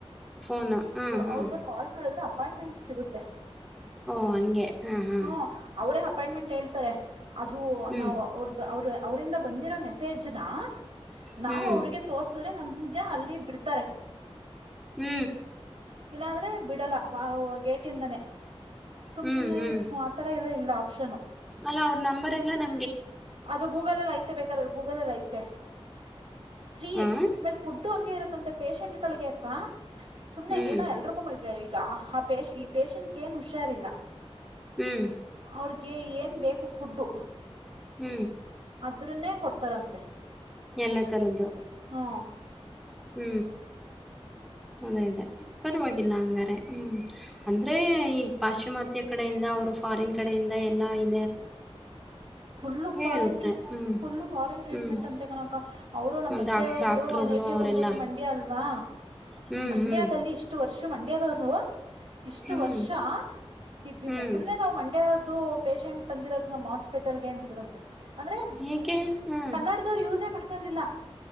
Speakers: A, in the centre; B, on the right (about 65°).
A: ಫೋನು ಹಾಂ ಹಾಂ
B: ಅವ್ರಿಗೆ ಕಾಲ್ ಮಾಡಿದ್ರೆ ಅಪಾಯಿಂಟ್ಮೆಂಟ್ ಸಿಗುತ್ತೆ
A: ಓ ಹಂಗೆ ಹಾಂ ಹಾಂ
B: ಹೂ ಅವರೇ ಅಪಾಯಿಂಟ್ಮೆಂಟ್ ಹೇಳ್ತಾರೆ ಅದು
A: ಹ್ಞೂ
B: ನಾವು ಅವ್ರ ಅವ್ರ ಅವರಿಂದ ಬಂದಿರ ಮೇ ಮೆಸೇಜ್ನ
A: ಹ್ಞೂ
B: ನಾವ ಅವ್ರಿಗೆ ತೋರ್ಸುದ್ರೆ ನಮಗೆ ಅಲ್ಲಿ ಬಿಡ್ತಾರೆ
A: ಹೂ
B: ಇಲ್ಲಾ ಅಂದ್ರೆ ಬಿಡಲ್ಲ ಗೇಟಿಂದಾನೇ ಸುಮ್
A: ಹ್ಮ್
B: ಸುಮ್ನೆ
A: ಹ್ಮ್
B: ಆತರ ಎಲ್ಲ ಇಲ್ಲ ಆಪ್ಷನು
A: ಅಲ್ಲ ಅವ್ರ ನಂಬರ್ ಎಲ್ಲಾನ
B: ಅದು ಗೂಗಲ್ ಎಲ್ಲಿ ಐತೆ ಬೇಕಾದ ಗೂಗಲ್ ಎಲ್ಲಿ ಐತೆ ಫ್ರೀ
A: ಹಾಂ
B: ಆಮೇಲ್ ಫುಡ್ಡು ಹಂಗೆ ಇರುತ್ತಂತೆ ಪೇಶೆಂಟ್ಗಳಿಗೆ ಅಕ್ಕಾ ಸುಮ್ನೆ
A: ಹ್ಮ್
B: ಏನೋ ಎಲ್ರಿಗೂ ಈಗ ಆ ಪ ಈ ಪೇಷಂಟ್ ಏನ್ ಹುಷಾರಿಲ್ಲ
A: ಹ್ಮ್
B: ಅವ್ರಿಗೆ ಏನ್ ಬೇಕು ಫುಡ್ಡು
A: ಹೂ
B: ಆದ್ರನ್ನೇ ಕೊಡ್ತಾರಂತೆ
A: ಎಲ್ಲ ತರದ್ದು
B: ಹಾ
A: ಹೂ
B: ಹ
A: ಅದೇ ಅದೇ ಪರವಾಗಿಲ್ಲ ಹಂಗಾರೆ ಹೂ ಅಂದರೆ ಈಗ ಪಾಶ್ಚಿಮಾತ್ಯ ಕಡೆಯಿಂದ ಅವ್ರು ಫಾರಿನ್ ಕಡೆಯಿಂದ ಎಲ್ಲಾ ಇ
B: ಫು ಫಾರಿನ್
A: ಇರುತ್ತೆ ಹ್ಮ್
B: ಫುಲ್ ಫಾರಿನ್ ಟ್ರೀಟ್ಮೆಂಟ್
A: ಹ್ಮ್
B: ಅಂತೆ ಕಣಕ ಅವರು ನಮ್ಮ ಮತ್ತೆ
A: ಡಾಕ್
B: ಅವರದು
A: ಡಾಕ್ಟ್ರುಗಳು
B: ನೇಟಿವ್
A: ಅವರೆಲ್ಲ
B: ಬಂದ್ಬಿಟ್ಟು ಮಂಡ್ಯ ಅಲ್ವಾ
A: ಹ್ಮ್
B: ಮಂಡ್ಯದಲ್ಲಿ
A: ಹ್ಮ್
B: ಇಷ್ಟು ವರ್ಷ ಮಂಡ್ಯದವರು ಇಷ್ಟು
A: ಹ್ಮ್
B: ವರ್ಷ ಇದ ನಿಮ್ಮ
A: ಹ್ಮ್
B: ಒ್ರನೇ ನಾ ಮಂಡ್ಯ ಅದು ಪೇೇಶೆಂಟ್ ತಂದಿರೋದು ನಮ್ಮ್ ಹಾಸ್ಪಿಟಲ್ ಗೆ ಅಂತಿದ್ರಂತೆ ಅಂದ್ರೆ
A: ಏಕೆ ಹ್ಮ್
B: ಕನ್ನಡದವ್ರು ಯೂಸೇ ಮಾಡ್ಕೊಂಡಿಲ್ಲ